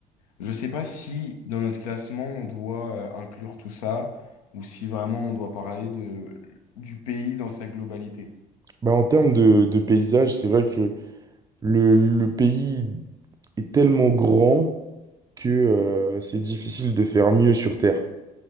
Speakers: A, on the left; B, on the right.
A: Je sais pas si dans notre classement, on doit euh, inclure tout ça ou si vraiment on doit parler de, du pays dans sa globalité.
B: Bah, en termes de, de paysage, c'est vrai que le, le pays est tellement grand que euh, c'est difficile de faire mieux sur Terre.